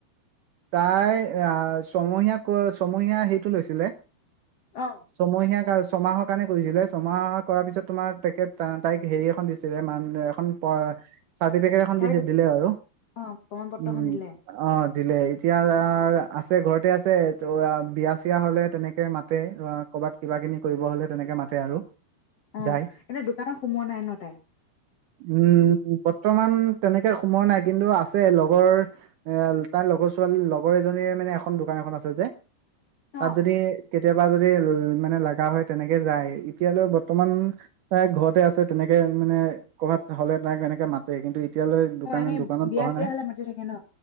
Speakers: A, on the right (about 75°); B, on the left (about 60°).
A: তাই আহ ছমহীয়া ক ছমহীয়া সেইটো লৈছিলে।
B: অ',
A: ছমহীয়াক আৰু ছমাহত। কাৰণে কৰিছিলে ছমাহ কৰাৰ পিছত তোমাৰ তেখেত তাইক হেৰি এখন দিছিলে মানহ প চাৰটিফিকেট এখন
B: চাৰি
A: দিছে দিলে বাৰু
B: অ', প্ৰমাণ পত্ৰখন
A: উম
B: দিলে
A: অ। দিলে এতিয়া আছে ঘৰতে আছে ত বিয়া চিয় হলে তেনেকে মাতে ক'ৰবাত কিবা কিনি কৰিব হলে তেনেকে মাতে আৰু
B: অ
A: যায়
B: এনেই দোকানত সোমোৱা নাই ন তাই?
A: উম বৰ্তমান তেনেকে সোমোৱা নাই কিন্তু আছে লগৰ এ তাৰ লগৰ ছোৱালী লগৰ এজনীৰ মানে এখন দোকান এখন আছে যে।
B: অ',
A: তাত যদি কে কেতিয়াবা যদি মানে লগা হয় তেনেকে যায় এতিয়ালৈ বৰ্তমান ঘৰতে আছে তেনেকে মানে ক'ৰবাত হ'লে তাইকেনেকে মাতে, কিন্তু এতিয়ালৈ দোকান
B: অ এনেই
A: দোকানত
B: বিয়া
A: বহা
B: চিয়া
A: নাই
B: হলে মাতি থাকে ন?